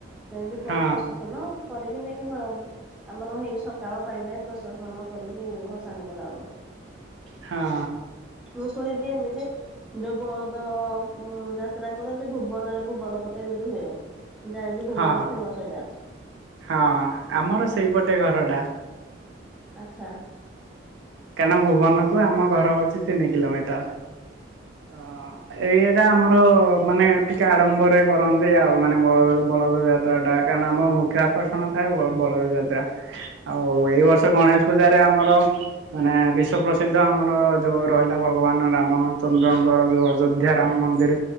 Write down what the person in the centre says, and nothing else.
ସେମିତି ପ୍ରସେସନ
କରିକି ନେଇକି ମା ଆମର ହେଇ ସକାଳ ପାଇଯାଏ ପ୍ରସେସନ କରିକି ଭସାଣି କଲା ବେଳକୁ।
ମୁଁ ଫୁଣି ଯେ ଏମିତି ଯୋଉ ବଳଦ ଉ ଯାତ୍ରା କରନ୍ତି ଭୁବନରେ ଭୁବନ ପଟେ ଏମିତି ହୁଏ। ଜାଣିଜି ଭୁବନ
ଫେମସ ଏଟା।
ଆଚ୍ଛା।